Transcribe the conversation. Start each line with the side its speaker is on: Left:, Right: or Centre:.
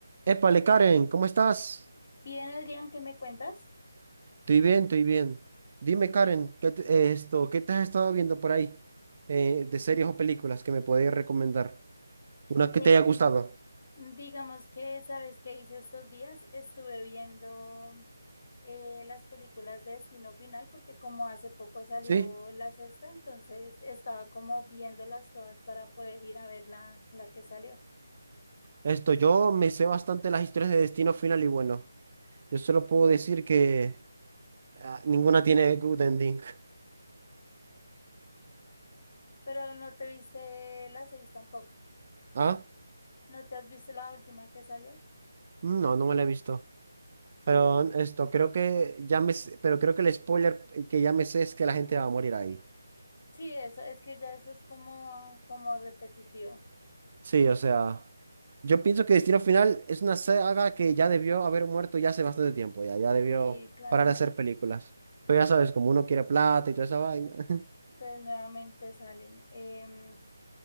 Right: Épale, Karen, ¿cómo estás?
Left: Bien, Adrián, ¿qué me cuentas?
Right: Estoy bien, estoy bien. Dime, Karen, ¿qué te, eh, esto, qué te has estado viendo por ahí eh, de series o películas que me podéis recomendar? Una
Left: Eh,
Right: que te haya gustado.
Left: digamos que, ¿sabes qué hice estos días? Estuve viendo eh, las películas de Destino Final porque como hace poco salió
Right: Sí,
Left: la sexta, entonces estaba como viéndolas todas para poder ir a ver la, la que salió.
Right: esto, yo me sé bastante las historias de Destino Final y bueno, yo solo puedo decir que ah, ninguna tiene good ending.
Left: Pero no te viste la seis tampoco.
Right: <laughs> ¿Ah?
Left: ¿No te has visto la última que salió?
Right: Mm, No, no me la he visto. Pero esto, creo que ya me, sé- pero creo que el spoiler que ya me sé es que la gente va a morir ahí.
Left: Sí, eso, es que ya eso es como, como repetitivo.
Right: Sí, o sea, yo pienso que Destino Final es una saga que ya debió haber muerto ya hace bastante tiempo, ya, ya debió
Left: Sí, claro.
Right: parar de hacer películas. Pero ya sabes, como uno quiere plata y toda esa vaina. <laughs>
Left: Entonces nuevamente salen. Em,